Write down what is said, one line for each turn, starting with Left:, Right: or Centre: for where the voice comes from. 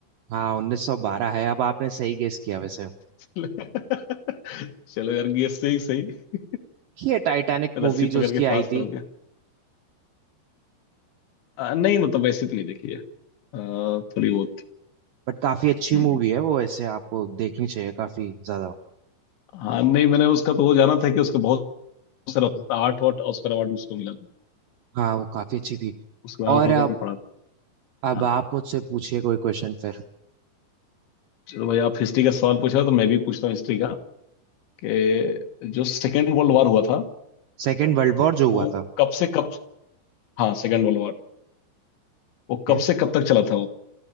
Right: हाँ 1912 है अब आपने सही गेस किया वैसे
Left: चलो चलो यार गेस से ही सही
Right: ये टाइटैनिक
Left: रस्सी
Right: मूवी जो
Left: पकड़
Right: उसकी
Left: के पास
Right: आई थी
Left: तो हो गया अ, नहीं मतलब वैसे तो नहीं देखी है अ, थोड़ी बहुत
Right: बट काफी अच्छी
Left: हम्म
Right: मूवी
Left: हम्म।
Right: है वो ऐसे आपको देखनी चाहिए काफी ज्यादा
Left: हाँ नहीं मैंने उसका तो वो जाना था कि उसके बहुत सारा आठ वाट ऑस्कर अवार्ड उसको मिला था
Right: हाँ वो काफी अच्छी थी
Left: उसके बारे में
Right: और
Left: थोड़ा
Right: अब
Left: सा पढ़ा था
Right: अब
Left: हाँ।
Right: आप मुझसे पूछिए कोई क्वेश्चन फिर
Left: चलो भाई आप हिस्ट्री का सवाल पूछा तो मैं भी पूछता हूँ हिस्ट्री का कि जो सेकेंड वर्ल्ड वॉर हुआ था
Right: सेकेंड वर्ल्ड वॉर जो हुआ
Left: वो
Right: था
Left: कब से कब हाँ सेकेंड वर्ल्ड वॉर वो
Right: ओके
Left: कब से कब तक चला था वो